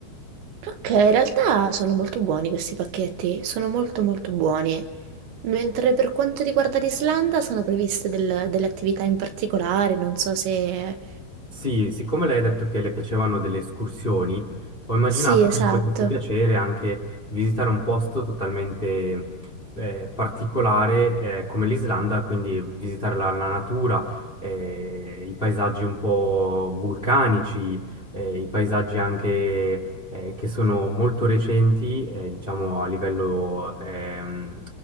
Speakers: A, on the right; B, on the left.
A: Ok, in realtà sono molto buoni questi pacchetti, sono molto molto buoni. Mentre per quanto riguarda l'Islanda sono previste del- delle attività in particolare, non so se...
B: Sì, siccome lei ha detto che le piacevano delle escursioni, ho immaginato
A: Sì, esatto.
B: che gli potesse piacere anche visitare un posto totalmente eh, particolare eh, come l'Islanda, quindi visitare la, la natura, eh, i paesaggi un po' vulcanici, eh, i paesaggi anche eh, che sono molto recenti, eh, diciamo a livello ehm,